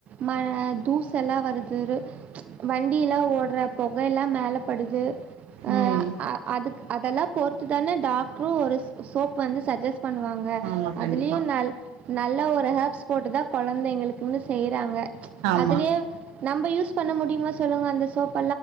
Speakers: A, on the right; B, on the right.
A: ம தூசெல்லா வர்து வண்டிலா ஓடுற பொகலா மேலபடுது அஹ்
B: ம்
A: அது அதெலா பொறுத்துதான டாக் ஒரு சோப் வந்து சஜெஸ் பண்ணுவாங்க
B: ஆமா கண்டிப்பா
A: அதுலயு நல் நல் எல்லாம் ஒரு ஹேப்ஸ் போட்டு தா கொழந்தைகளுகுனு செய்றாங்க
B: ஆமா
A: அதுலய நம்ம யூஸ் பண்ண முடியுமா சொல்லுங்க அந்த சோப்